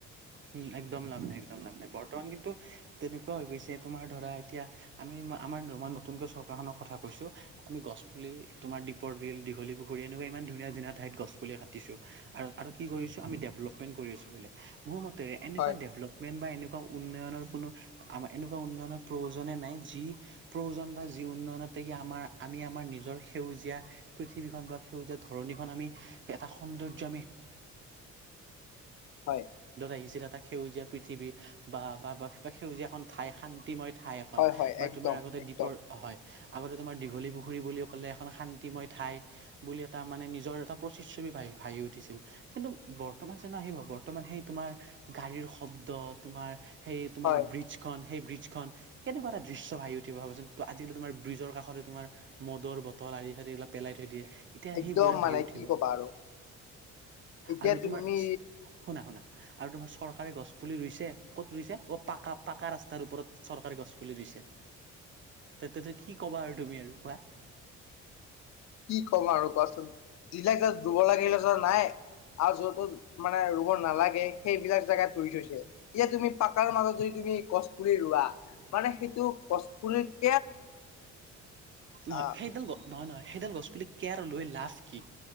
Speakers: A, on the right; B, on the left.
A: উম একদম লাভ নাই একদম লাভ নাই বৰ্তমান কিন্তু তেনেকুৱা হৈ গৈছে তোমাৰ ধৰা এতিয়া আমি আমাৰই নতুনকৈ চৰকাৰখনৰ কথা কৈছো আমি গছ পুলি তোমাৰ দীপৰ বিল দীঘল পুখুৰী এনেকুৱা ইমান ধুনীয়া ধুনীয়া ঠাইত গছ পুলি কাটিছো আৰু আৰু কি কৰিছো আমি ডেভলপমেণ্ট কৰি আছো বোলে মোৰ মতে এনেকুৱাভপ
B: হয়।
A: মেইন বা এনেকুৱা উন্নয়নৰ কোনো আমাৰ এনেকুৱা উন্নয়নৰ প্ৰয়োজনে নাই যি প্ৰয়োজন বা যি উন্নয়নত দেখি আমাৰ আমি আমাৰ নিজৰ সেউজীয়া পৃথিৱীখন বা সেউজীয়া ধৰণীখন আমি এটা সৌন্দৰ ক <unintelligible> ন্দত
B: হয়
A: আহিছিল এটা সেউজীয়া পৃথিৱী বা সেউজীয়া এখন ঠাই শান্তিময় ঠাই এখন
B: হয় হয়
A: বা
B: একদম
A: তোমাৰ আগতে
B: একদম
A: দ্বীপৰ হয় আগতে তোমাৰ দীঘলী পুখুৰী বুলি ক'লে এখন শান্তিময় ঠাই বুলি এটা মানে নিজৰ এটা প্ৰতিচ্ছবিি ভহি উঠিছিল কিন্তু বৰ্তমান যোনো আহিব বৰ্তমান সেই তোমাৰ গাড়ীৰ শব্দ তোমাৰ সেই তোমাৰ
B: হয়
A: ব্ৰিজখন সেই ব্ৰিজখন কেনেকুৱা ধ্ৰীশ্য ভি উঠিবাব যেোন ত আজিকিোমাৰ ব্ৰিজৰ কষ তোৰ মদুৰ বটল আৰি চ এইিলাক পেলাই থৈ দিয়ে এতিয়া
B: একদম
A: সেইবোৰে
B: মানে
A: ভাবি উঠিব
B: কি ক'বা আৰু এতিয়া
A: আৰু
B: তুমি
A: তোমাৰ শুনা শুনা আৰু তোমাৰ চৰকাৰে গছ পুলি ৰুইছে ক'ত ৰুইছে পাকা পাকা ৰাস্তাৰ ওপৰত চৰকাৰী গছ পুলি ৰুছে তেতি কি ক'বা আৰু তুমি আৰু কোৱা
B: কি ক'ম আৰু কোৱাচোন দিলে য ধব লাগিলে য নাই আৰু যতো মানে ৰুব নালাগে সেইবিলাক জোগাত ৰুই থৈছে এতিয়া তুমি পাকাৰ মাজত যদি তুমি কছপৰি ৰোৱা মানে সেইটো কছপৰিত
A: নহয়
B: আহ
A: সেইডাল গ নহয় নহ সেইডাল গছ পুলি কোৰ লৈ লাভ কি